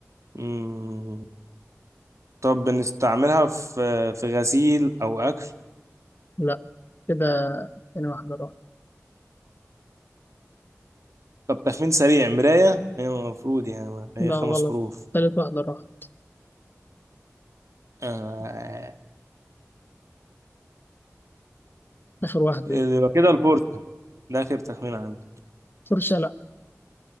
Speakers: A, on the right (about 70°); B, on the left (about 40°).
A: مم. طب بنستعملها في في غسيل أو أكل
B: لا كده تاني واحدة راحت
A: طب تخمين سريع مراية هي المفروض يعني هي
B: لا
A: خمس
B: غلط
A: حروف
B: تالت واحدة راحت
A: آه.
B: آخر واحدة
A: آه،
B: دي
A: يبقى كده الفرصة ده آخر تخمين عندي
B: فرشة لا